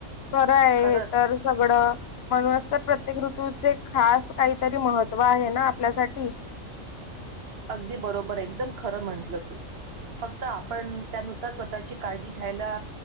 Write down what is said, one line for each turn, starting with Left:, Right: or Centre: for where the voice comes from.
Left: खर हाय
Right: खरंच
Left: हे तर सगळं, म्हणूनच तर प्र प्रत्येक ऋतूचे खास काहीतरी महत्त्व आहे ना आपल्यासाठी.
Right: अगदी बरोबर एकदम खरं म्हटलं तू. फक्त आपण त्यानुसार स्वतःची काळजी घ्यायला